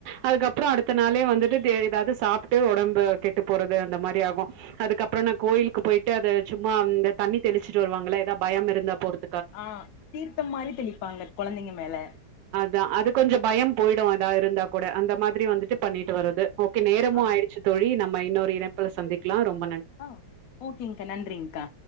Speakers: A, on the right; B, on the left.
A: அதுக்கப்றோ அடுத்த நாளே வந்துட்டு தே ஏதாது சாப்ட்டு ஒடம்பு கெட்டு போறது அந்த மாரி ஆகு அதுக்கப்றோ நா கோயிலுக்கு போயிட்டு அத சும்மா இந்த தண்ணி தெளிச்சிட்டு வருவாங்கள ஏதா பயம் இருந்தா பொறுத்
B: ஆஹ் தீர்த்தம் மாரி தெளிப்பாங்க கொழந்தைங்க மேல
A: தா அது கொஞ்ஜோ பயம் பொயிடு அதா இருந்தா கூட அந்த மாதிரி வந்துட்டு பண்ணிட்டு வரது ஓகே நேரமு
B: ஆமா
A: ஆயிட்ச்சி தோழி நம் மா இன்னொரு இணைப்புள சந்திக்கலா ரொம்
B: ஆஹ் ஓகேங்க்கா நன்றிங்க்கா